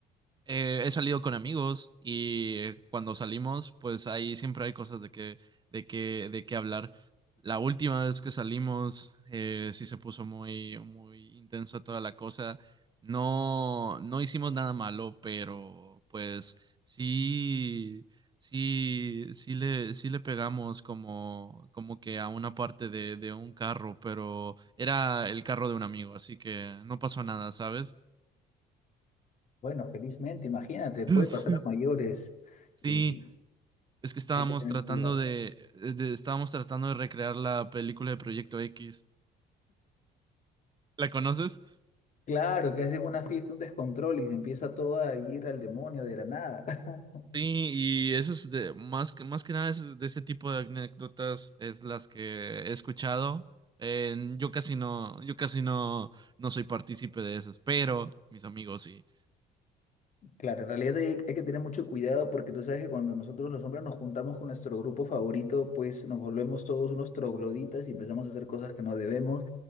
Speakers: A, on the right; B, on the left.
A: eh, he salido con amigos y eh, cuando salimos, pues ahí siempre hay cosas de que, de que, de que hablar. La última vez que salimos, eh, sí se puso muy, muy intensa toda la cosa. No, no hicimos nada malo, pero pues sí, sí, sí le, sí le pegamos como, como que a una parte de, de un carro, pero era el carro de un amigo, así que no pasó nada, ¿sabes?
B: Bueno, felizmente, imagínate, puede
A: <laughs> Sí.
B: pasar a mayores.
A: Sí,
B: Y
A: Es que estábamos
B: Hay que tener
A: tratando
B: cuidado.
A: de, eh, de- estábamos tratando de recrear la película de Proyecto X. ¿La conoces?
B: Claro, que hacen una fiesta, un descontrol y se empieza todo a ir al demonio de la nada. <laughs>
A: Sí, y eso es de más que más que nada es de ese tipo de anécdotas es las que he escuchado. Eh, yo casi no, yo casi no, no soy partícipe de esas, pero mis amigos sí.
B: Claro, en realidad hay, hay que tener mucho cuidado porque tú sabes que cuando nosotros los hombres nos juntamos con nuestro grupo favorito, pues nos volvemos todos unos trogloditas y empezamos a hacer cosas que no debemos.